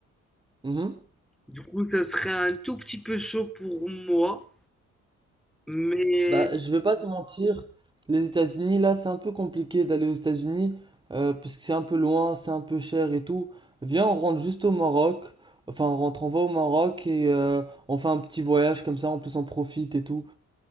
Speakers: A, on the right; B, in the centre.
A: Mhm.
B: Du coup, ça serait un tout petit peu chaud pour moi, mais
A: Bah, je vais pas te mentir, les États-Unis, là, c'est un peu compliqué d'aller aux États-Unis, euh, parce que c'est un peu loin, c'est un peu cher et tout. Viens, on rentre juste au Maroc. Enfin, on rentre, on va au Maroc et euh, on fait un petit voyage comme ça, en plus on profite et tout.